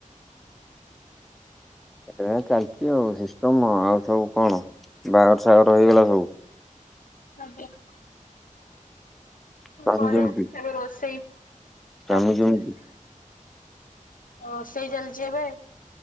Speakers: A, in the centre; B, on the left.
A: ଏ ଚାଲିଛି ଆଉ ସିଷ୍ଟମ ଆଉ ସବୁ କଣ ବାଘର ସାଘର ହେଇଗଲା ସବୁ?
B: ଆଜ୍ଞା ।
A: ସ୍ୱାମୀ
B: ପରେ
A: କେମିତି
B: ଏବେ ରୋଷେଇ
A: ସ୍ୱାମୀ
B: ଚାଲିଚି
A: କେମିତି
B: । ରୋଷେଇ ଚାଲିଛି ଏବେ